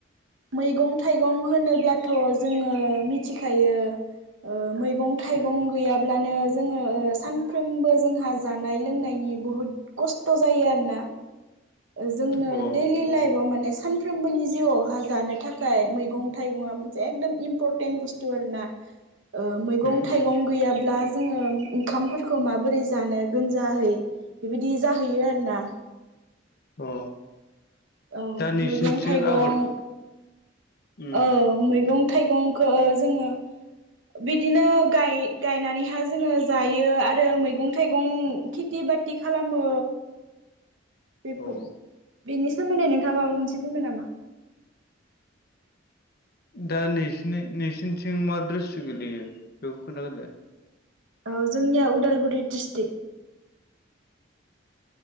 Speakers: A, on the right; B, on the left.
A: मैगं थाइगं होनोब्लाथ' जोङो मिथिखायो ओ मै मैगं थाइगं
B: उम
A: गैयाब्लानो ज जोङो सानफ्रोमबो जोंहा जानाय लोंनायनि बुहुद खस्थ' जायो आरोना जोंनो
B: अ औ
A: दैलि लाइफआव
B: उम
A: माने सानफ्रोमबोनि जिउआवहा जानो थाखाय मै थाइगङा मोनसे एदम इम्परटेन्ट मेन बुस्थु आर ना ओ मैगं
B: उम
A: थाइगं
B: उम
A: गैयाब्ला जोङो ओंखामफोरखौ माबोरै जानो गोनजाहै बेबायदि जाहैयो आरोना
B: अ
A: औ
B: दा नोंसिनथिं
A: मैगं थाइगं
B: आबाद उम
A: औ मैग गं थाइगंखो जोङो बिदिनो गाय गायनानैहा जोङो जायो आरो मैगं- थाइगं खेथि बाटि खालामो बेफो
B: औ
A: बेनि सोमोन्दै नोंथाङा माबा मोनसे बुंनो नामा
B: दा नैस नै नोंसिनिथिं मा द्रिस्टिक गोलैयो <unintelligible> खोनथा ग्रोलाय
A: औ जोंनिया उदालगुरि डिस्टिक